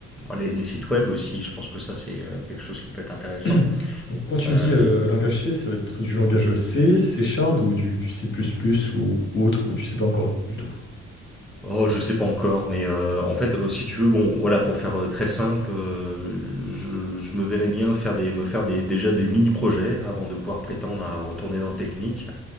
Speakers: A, in the centre; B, on the left.
A: les, les sites web aussi. Je pense que ça c'est euh, quelque chose qui peut être intéressant.
B: <clears throat> Donc, quand tu
A: Euh,
B: me dis euh, langage C, ça va être du langage C, C Shard ou du, du C++ ou, ou autre, ou tu sais pas encore du tout.
A: Oh, je sais pas encore, mais euh, en fait, euh, si tu veux, bon, voilà, pour faire euh, très simple, euh, je, je me verrais bien faire des, me faire des, déjà des mini-projets avant de pouvoir prétendre à retourner dans le technique,